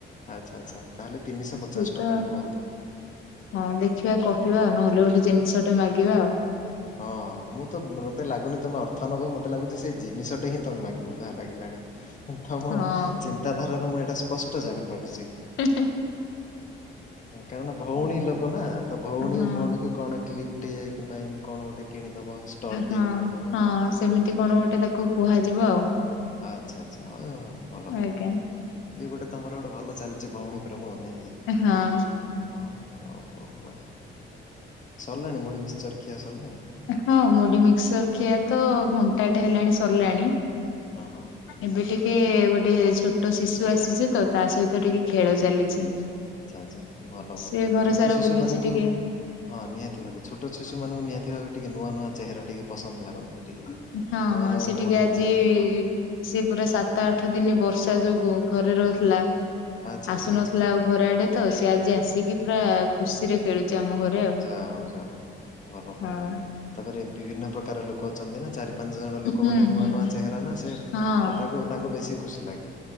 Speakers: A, on the left; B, on the left.
A: ଆଚ୍ଛା ଆଚ୍ଛା ତାହେଲେ ତିନିଶହ ପଚାଶ
B: ସେ ତ
A: ଟଙ୍କାଟି କୁହନ୍ତୁ।
B: ହଁ ଦେଖିବା କହିବା ନହେଲେ ଗୋଟେ ଜିନିଷଟେ ମାଗିବା ଆଉ
A: ହଁ ମୁଁ ତ ମତେ ଲାଗୁନି ତମେ ଅର୍ଥ ନବ ମତେ ଲାଗୁଛି ସେ ଜିନିଷଟେ ହିଁ ମାଗିବ ଯାହା ଲାଗିଲାଣି ତମର
B: ହଁ
A: ଚିନ୍ତାଧାରାରୁ ମୁଁ ଏଇଟା ସ୍ପଷ୍ଟ ଜାଣି ପାରୁଛି।
B: ହୁଁ ହୁଁ।
A: କାରଣ ଭଉଣୀ ଲୋକ ନା ତ ଭଉଣୀ
B: ହଁ
A: ଭଉଣୀକୁ କଣ କ୍ଲିପ୍ଟ ଟେ କିମ୍ବା ଏମିତି କଣ ଗୋଟେ କିଣିଦବ ଷ୍ଟଲ୍
B: ହଁ
A: ଟିଏ କିଣିଦବ।
B: ହଁ ସେମିତି କଣ
A: ନାଇଁ
B: ଗୋଟେ ତାକୁ କୁହାଯିବ ଆଉ।
A: ଆଚ୍ଛା ଆଚ୍ଛା ହ ଭଲ
B: ଆଜ୍ଞା।
A: ଭଲ। ଇଏ ଗୋଟେ ତମର ଗୋଟେ ଭଲ ଚାଲିଛି ଭଉଣୀ ପ୍ରେମ ନାଇଁ କି?
B: ହଁ।
A: ହଁ ହଉ ହଉ ବଢିଆ ସରିଲାଣି ମୁଢି ମିକ୍ସଚର ଖିଆ ସରିଲାଣି?
B: ହଁ ମୁଢି ମିକ୍ସର ଖିଆ ତ ଘଣ୍ଟାଟେ ହେଲାଣି ସରିଲାଣି
A: ହଁ ହଁ।
B: ଏବେ ଟିକେ ଗୋଟେ ଛୋଟ ଶିଶୁ ଆସିଛି ତ ତା ସହିତ ଟିକେ ଖେଳ ଚାଲିଛି।
A: ଆଚ୍ଛା ଆଚଛା ଭଲ ଭଲ।
B: ସେ ଘର
A: ଛୋଟ
B: ସାରା
A: ଶିଶୁ
B: ବୁଲୁଛି
A: ମାନଙ୍କୁ
B: ଟିକେ
A: ହଁ ନିହାତି ଭାବେ ଛୋଟ ଶିଶୁ ମାନଙ୍କୁ ନିହାତି ଭବେ ଟିକେ ନୂଆ ନୂଆ ଚେହରା ଟିକେ ପସନ୍ଦ ଲାଗନ୍ତି। କେ
B: ହଁ
A: ନୂଆ
B: ହଁ
A: ନୂଆ
B: ସେ
A: ମୁହଁ
B: ଆଜି
A: ଟିକେ, ହଁ।
B: ସିଏ ପୁରା ସାତ ଆଠ ଦିନ ବର୍ଷା ଯୋଗୁ ଘରେ ରହୁଥିଲା,
A: ଆଚ୍ଛା ଆଚ୍ଛା
B: ଆସୁନଥିଲା
A: ଆଚ୍ଛା
B: ଆଉ ଘର ଆଡେ ତ ସେ ଆଜି
A: ହୁଁ
B: ଆସିକି ପୁରା ଖୁସିରେ ଖେଳୁଛି ଆମ ଘର।
A: ଯାହା ହଉ ଯାହା ହଉ ଭଲ ଭଲ।
B: ହଁ।
A: ତାପରେ ବିଭିନ୍ନ ପ୍ରକାର ଲୋକ ଅଛନ୍ତି ନା ଚାରି ପାଞ୍ଚ ଜଣ ଲୋକ
B: ହୁଁ
A: ବୋଲେ ନୂଆ
B: ହୁଁ
A: ନୂଆ ଚେହେରା ନା ସେ
B: ହଁ
A: ତାକୁ ତାଙ୍କୁ ବେଶି ଖୁସି ଲାଗେ।